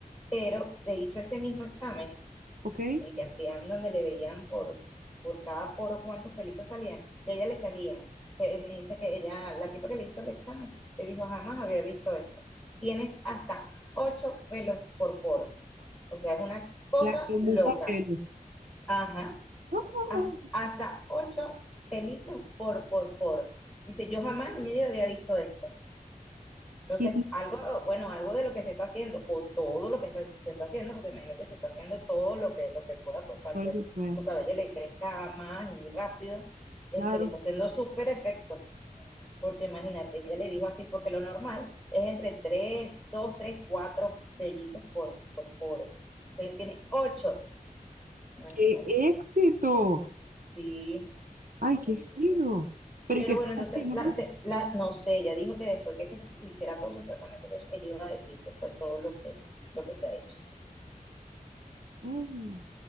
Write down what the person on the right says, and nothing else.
ok.
La tomuza
pelo.
No, no, no.
Qué
increíble.
<laughs>
Claro.
¡Qué éxito!
¡Ay, qué
fino!
Pero
¿y qué
se está
haciendo.
no? Mm,